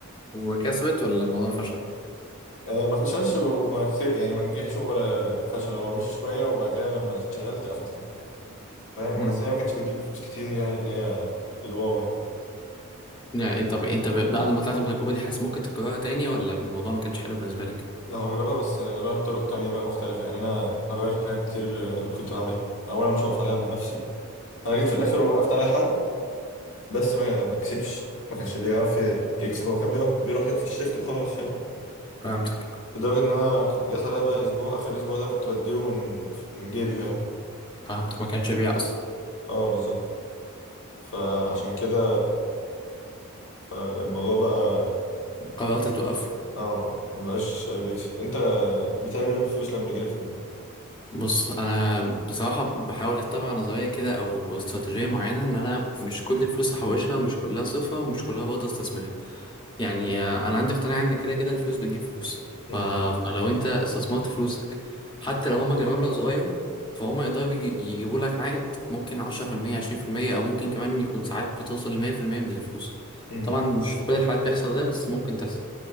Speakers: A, on the left; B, on the left.
A: وكسبت ولا الموضوع فشل؟
B: آه، ما فشلش وما كتير يعني ما نجحش ولا فشل هو مشي شويه وبعد كده لما اشتغلت قفلتها فاهم
A: مم.
B: بس هي ما كانتش بتجيب فلوس كتير يعني اللي هي الواو يعني
A: يعني إيه، طب انت ب- بعد ما طلعت من التجربة دي حاسس ممكن تكررها تاني ولا الموضوع ما كانش حلو بالنسبة لك؟
B: لو هجربها بس هجربها بطرق تانية بقى مختلفة يعني أنا هغير في حاجات كتير آه، كنت بعملها أولا مش هقف عليها بنفسي أنا جيت في الآخر وقفت عليها حد بس ما ما كسبش ما كانش بيعرف ي- يكسب هو كان بيقف- بيروح يقف الشيفت وخلاص فاهم
A: فهمتك
B: لدرجة إن أنا ك- جات عليا بقى أسبوع آخر أسبوع ده كنت بديله من من جيبي فاهم
A: فهمتك ما كانش بيع اصلا
B: اه بالظبط فعشان كده فالموضوع بقى
A: قررت توقف
B: اه مبقاش بيكسب أنت بتعمل إيه بالفلوس لما يجيلك فلوس؟
A: بص انا بصراحه بحاول اتبع نظريه كده او استراتيجيه معينه ان انا مش كل الفلوس هحوشها ومش كلها صفها ومش كلها برضه استثمرها يعني آه، انا عندي اقتناع ان كده كده الفلوس بتجيب فلوس
B: مم،
A: ف... فلو انت استثمرت فلوسك حتى لو هما كانوا مبلغ صغير فهم يقدروا يجي- يجيبوا لك عائد ممكن 10% 20% او ممكن كمان يكون ساعات بتوصل ل 100% من الفلوس
B: مم،
A: طبعا مش في كل الحالات بيحصل ده بس ممكن تحصل